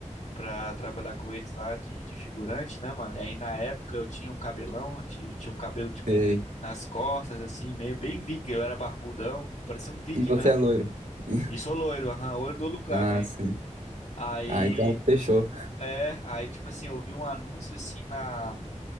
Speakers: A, on the left; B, on the right.
A: pra trabalhar com eles lá, de, de figurante, né, mano? E aí na época eu tinha um cabelão, eu ti- tinha um cabelo tipo
B: Sei.
A: nas costas, assim, meio bem viking. Eu era barbudão, parecia um viking
B: E você
A: mesmo.
B: é loiro. <laughs>
A: E sou loiro, aham, olho do olho claro
B: Ah,
A: ainda.
B: sim.
A: Aí,
B: Ah, então fechou.
A: é, aí tipo assim, eu vi um anúncio assim na,